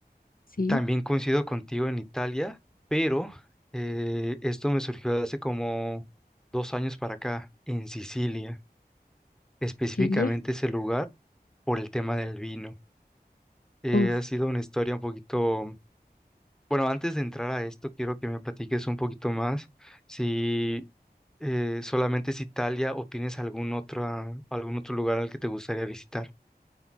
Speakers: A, on the left; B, in the centre.
A: Sí,
B: también coincido contigo en Italia, pero eh, esto me surgió hace como dos años para acá, en Sicilia, específicamente
A: Silvia.
B: ese lugar por el tema del vino. Eh,
A: Uf.
B: ha sido una historia un poquito... Bueno, antes de entrar a esto, quiero que me platiques un poquito más si eh, solamente es Italia o tienes algún otro, ah, algún otro lugar al que te gustaría visitar.